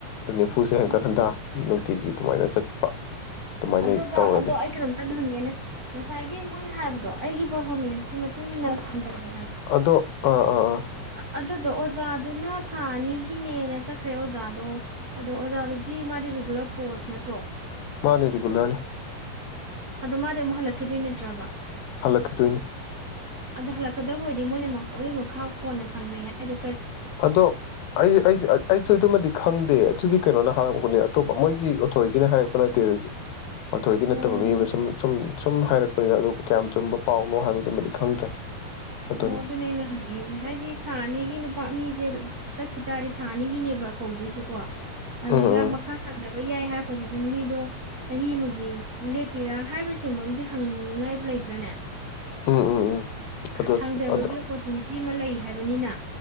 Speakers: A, on the left (about 80°); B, on the right (about 80°).
A: ꯅꯤꯐꯨꯁꯦ ꯍꯟꯀꯠ
B: ꯎꯝ
A: ꯍꯟꯊ ꯑꯗꯨꯝ ꯅꯨꯡꯇꯤꯒꯤ ꯑꯗꯨꯃꯥꯏꯅ ꯆꯠꯄ ꯑꯗꯨꯃꯥꯏꯅ
B: ꯑꯗꯨꯗ
A: ꯇꯧꯔꯅꯤ
B: ꯑꯗꯣ ꯑꯩ ꯀꯩꯅꯣꯝꯇꯪꯒ ꯍꯪꯒꯦꯅꯦ ꯉꯁꯥꯏꯒꯤ ꯃꯣꯏꯅ ꯍꯥꯏꯕꯗꯣ ꯑꯩꯒꯤ ꯄꯔꯐꯣꯔꯃꯦꯟꯁꯀꯤ ꯃꯇꯨꯡ ꯏꯟꯅ ꯁꯥꯡ ꯗꯕ
A: ꯑꯗꯣ ꯑꯥ ꯑꯥ ꯑꯥ
B: ꯑꯗꯨꯗꯣ ꯑꯣꯖꯥꯗꯨꯅ ꯊꯥ ꯑꯅꯤꯒꯤꯅꯦꯅ ꯆꯠꯈ꯭ꯔꯦ ꯑꯣꯖꯥꯗꯣ ꯑꯗꯣ ꯑꯣꯖꯥꯗꯨꯗꯤ ꯃꯥꯗꯤ ꯔꯤꯒꯨꯂꯔ ꯄꯣꯁ ꯅꯠꯇ꯭ꯔꯣ
A: ꯃꯥꯅꯦ ꯔꯤꯒꯨꯂꯔꯅꯦ
B: ꯑꯗꯣ ꯃꯥꯗꯤ ꯑꯃꯨꯛ ꯍꯜꯂꯛꯈꯤꯗꯣꯏ ꯅꯠꯇ꯭ꯔꯕ
A: ꯍꯜꯂꯛꯈꯤ ꯗꯣꯏꯅꯤ
B: ꯑꯗꯣ ꯍꯜꯂꯛꯀꯗꯕ ꯑꯣꯏꯔꯗꯤ ꯃꯣꯏꯅ ꯑꯗꯨꯏ ꯃꯈꯥ ꯄꯣꯟꯅ ꯁꯪꯡꯗꯩ ꯍꯥꯢꯗꯣ
A: ꯑꯗꯣ ꯑꯩ ꯑꯩꯁꯨ ꯑꯗꯨꯃꯗꯤ ꯈꯪꯗꯦ ꯑꯗꯨꯗꯤ ꯀꯩꯅꯣꯅ ꯍꯥ ꯑꯇꯣꯞꯄ ꯃꯣꯏꯒꯤ ꯑꯣꯊꯣꯔꯤꯇꯤꯅ ꯍꯥꯏꯔꯛꯄ ꯅꯠꯇꯦ ꯑꯗꯨꯗꯤ ꯑꯣꯊꯣꯔꯤꯇꯤ ꯅꯠꯇꯕ
B: ꯑꯣ
A: ꯃꯤ ꯑꯃꯅ ꯁꯨꯝ ꯁꯨꯝ ꯁꯨꯝ ꯍꯥꯏꯔꯛꯄꯅꯤꯗ ꯑꯗꯨ ꯀꯌꯥꯝ ꯆꯨꯝꯕ ꯄꯥꯎꯅꯣ ꯍꯥꯏꯕꯗꯨꯃꯗꯤ ꯈꯪꯗ꯭ꯔꯦ ꯑꯗꯨꯅꯤ
B: ꯑꯣ ꯑꯗꯨꯅꯦ ꯑꯩꯅ ꯍꯪꯅꯤꯡꯏꯁꯦ ꯍꯥꯏꯗꯤ ꯊꯥ ꯑꯅꯤꯒꯤ ꯅꯨꯄꯥ ꯃꯤꯁꯦ ꯆꯠꯈꯤ ꯇꯥꯔꯗꯤ ꯊꯥ ꯑꯅꯤꯒꯤꯅꯦꯕ ꯀꯧꯗꯣꯏꯁꯦꯀꯣ ꯑꯗꯨꯗ
A: ꯎꯝ ꯎꯝ
B: ꯃꯈꯥ ꯁꯥꯡꯗꯕ ꯂꯣꯏ ꯌꯥꯏ ꯍꯥꯏꯔꯛꯄꯁꯤꯗ ꯃꯤꯗꯣ ꯆꯍꯤ ꯑꯃꯒꯤ ꯂꯦꯞꯄꯤꯔꯥ ꯍꯥꯏꯕꯅ ꯆꯤꯡꯕ ꯑꯝ ꯍꯪꯅꯤꯉꯥꯏ ꯂꯩꯇ꯭ꯔꯅꯦ
A: ꯎꯝ ꯎꯝ ꯎꯝ ꯑꯗꯣ
B: ꯁꯥꯡꯗꯕꯒꯤ
A: ꯑꯗꯣ
B: ꯑꯣꯄꯣꯔꯆꯨꯅꯤꯇꯤ ꯑꯃ ꯂꯩ ꯍꯥꯏꯕꯅꯤꯅ